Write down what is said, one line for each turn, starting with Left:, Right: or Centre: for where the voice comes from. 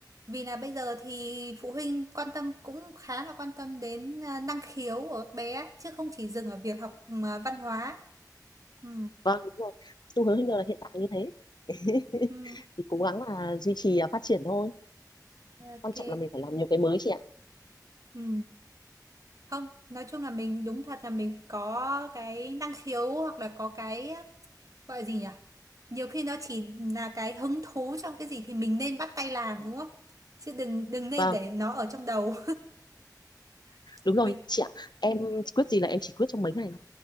Right: Vì là bây giờ thì phụ huynh quan tâm cũng khá là quan tâm đến ờ, năng khiếu của các bé ấy, Chứ không chỉ dừng ở việc học ờ, văn hóa Ừ,
Left: vâng đúng rồi xu hướng hiện giờ là hiện tại như thế <laughs>
Right: ừ,
Left: thì cố gắng là duy trì à, phát triển thôi
Right: ok,
Left: quan trọng là mình phải làm nhiều cái mới chị ạ
Right: ừ. không nói chung là mình đúng thật là mình có cái năng khiếu hoặc là có cái gọi là gì nhỉ nhiều khi nó chỉ là cái hứng thú trong cái gì thì mình nên bắt tay làm đúng không chứ đừng đừng nên
Left: vâng
Right: để nó ở trong đầu <laughs>
Left: đúng rồi
Right: mình
Left: chị ạ em quyết gì là em chỉ quyết trong mấy ngày thôi